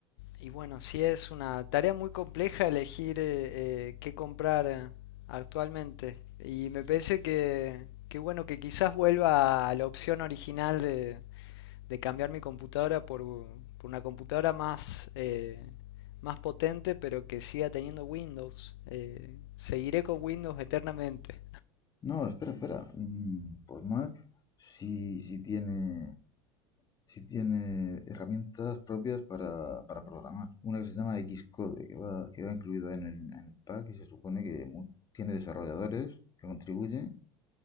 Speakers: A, on the left (about 80°); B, on the left (about 30°).
A: y bueno, sí es una tarea muy compleja elegir eh, eh, qué comprar eh, actualmente. Y me parece que, que bueno, que quizás vuelva a la opción original de, de cambiar mi computadora por, por una computadora más, eh, más potente, pero que siga teniendo Windows. Eh, seguiré con Windows eternamente.
B: No, espera, espera. Mm, pues Mac sí, sí tiene, sí tiene herramientas propias para, para programar. Una que se llama Xcode, que va, que va incluida en el, en el pack y se supone que mu- tiene desarrolladores que contribuyen